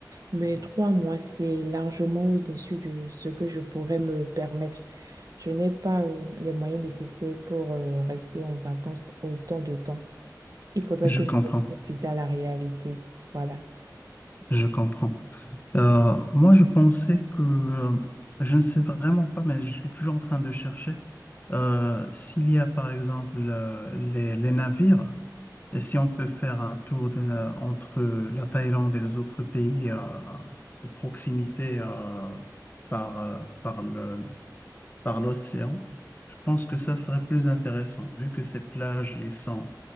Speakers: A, on the right; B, on the left.
A: Mais trois mois, c'est largement au-dessus de ce que je pourrais me permettre. Je n'ai pas euh, les moyens nécessaires pour euh, rester en vacances autant de temps. Il faudrait
B: Je
A: que
B: comprends,
A: je profite à la réalité. Voilà.
B: je comprends. Euh, moi, je pensais que euh, je ne sais vraiment pas, mais je suis toujours en train de chercher euh, s'il y a par exemple euh, les, les navires et si on peut faire un tour de na- entre la Thaïlande et les autres pays euh, de proximité euh, par, euh, par le, par l'océan. Je pense que ça serait plus intéressant vu que ces plages, ils sont